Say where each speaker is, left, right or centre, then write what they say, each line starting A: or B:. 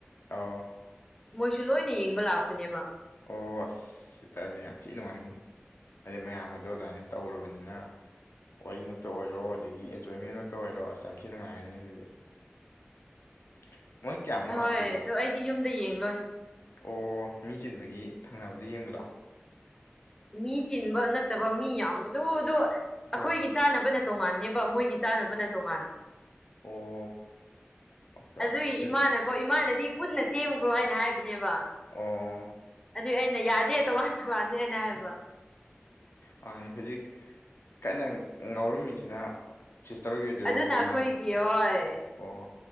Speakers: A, on the left (about 75°); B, on the left (about 15°).
A: ꯑꯥꯎ
B: ꯃꯣꯏꯁꯨ ꯂꯣꯏꯅ ꯌꯦꯡꯕ ꯂꯥꯛꯄꯅꯦꯕ
A: ꯑꯣ ꯑꯁ ꯑꯗꯨꯑꯣꯏꯇꯔꯗꯤ ꯌꯥꯝ ꯊꯤ ꯅꯨꯡꯉꯥꯏꯅꯤ ꯑꯗꯩ ꯃꯌꯥꯝꯒꯗꯣ ꯑꯗꯥꯏꯅ ꯇꯧꯔꯕꯅꯤꯅ ꯋꯥꯔꯤ ꯃꯛꯇ ꯑꯣꯏꯔꯣ ꯑꯗꯒꯤ ꯑꯦꯟꯖꯣꯏꯃꯦꯟ ꯃꯛꯇ ꯑꯣꯏꯔꯣ ꯑꯁ ꯌꯥꯝ ꯊꯤ ꯅꯨꯡꯉꯥꯏꯔꯅꯤ ꯑꯗꯨꯗꯤ <unintelligible> ꯃꯣꯏ ꯀꯌꯥꯃꯨꯛ
B: ꯑꯍꯣꯏ
A: ꯂꯥꯛꯇꯣꯏꯅꯣ
B: ꯑꯗꯣ ꯑꯩꯗꯤ ꯌꯨꯝꯗ ꯌꯦꯡ ꯂꯣꯏ
A: ꯑꯣ ꯃꯤ ꯆꯤꯟꯕꯒꯤ ꯊꯪꯅꯕꯗ ꯌꯦꯡꯕꯗꯣ
B: ꯃꯤ ꯆꯤꯟꯕ ꯅꯠꯇꯕ ꯃꯤ ꯌꯥꯝꯕꯗꯣꯗꯣ ꯑꯩꯈꯣꯏꯒꯤ
A: ꯍꯣꯏ
B: ꯆꯥꯅꯕ ꯅ ꯇꯣꯉꯥꯟꯅꯦꯕ ꯃꯣꯏꯒꯤ ꯆꯥꯅꯕꯅ ꯇꯣꯉꯥꯟ
A: ꯑꯣ ꯑꯣꯀꯦ
B: ꯑꯗꯨꯏ
A: ꯑꯣꯀꯦ ꯍꯧꯖꯤꯛ
B: ꯏꯃꯥꯅ ꯀꯣ ꯏꯃꯥꯅꯗꯤ ꯄꯨꯟꯅ ꯁꯦꯝꯈ꯭ꯔꯣ ꯍꯥꯏꯅ ꯍꯥꯏꯕꯅꯦꯕ
A: ꯑꯣ
B: ꯑꯗꯨꯏ ꯑꯩꯅ ꯌꯥꯗꯦ ꯇꯣꯉꯥꯟ ꯇꯣꯉꯥꯟꯅꯤꯅ ꯍꯥꯏꯕ
A: ꯃꯅꯦ ꯍꯧꯖꯤꯛ ꯀꯟꯅ ꯉꯥꯎꯔꯝꯃꯤꯁꯤꯅ ꯁꯤꯁꯇꯔ ꯍꯣꯏꯒꯤ ꯑꯣꯏꯗꯣꯏꯔꯣ
B: ꯑꯗꯨꯅ ꯑꯩꯈꯣꯏꯒꯤ
A: ꯃꯌꯥꯝ
B: ꯍꯣꯏ
A: ꯑꯣ